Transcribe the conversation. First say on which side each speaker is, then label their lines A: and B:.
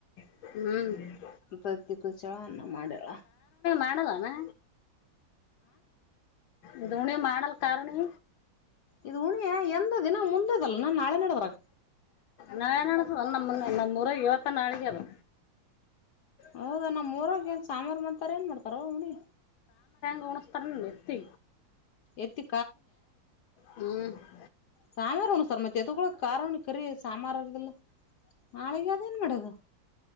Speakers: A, on the left; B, on the left.
A: ಹ್ಮ್
B: ತತ್ತಿ ಕೂಚ್ಚಳ ಅನ್ನ ಮಾಡ್ಯಳ
A: ಮಾಡಲ್ಲನು ಇದು ಹುಣಿ ಮಾಡಲ್ ಕಾರುಣಿ
B: ಇದು ಉಂಮಿಯೀ ಎಂದ ದಿನ ಮುಂದೆದಲ್ಲ ನಾನ್ ನಾಳೆ ನಡದ್ರಾಗ
A: ನಾ ಏನ್ ಅಸುದು ನಮ್ಮ ನಮ್ಮ್ರ ಇವತ್ತ ನಾಳಿಗೆ ಅದು
B: ಹೌದಾ ನಮ್ಮ್ ಊರಾಗ ಏನ್ ಸಾಂಬಾರು ಮಾಡತಾರ ಏನ್ ಮಾಡ್ತಾರ ಅವನಿ
A: ಕಾಣಸ್ತಾರೆ ಎತ್ತ
B: ಎತ್ತಿ
A: ಹ್ಮ <unintelligible>
B: ಸಾಮಾರು ಉಣ ಸರ್ ಮತ್ತೆ ಎದು ಕಾರಾರ್ಣ ಕರಿ ಸಾಮಾರಲ್ಲ ನಾಳಗೆ ಅದ ಏನ್ ಮಾಡೋದು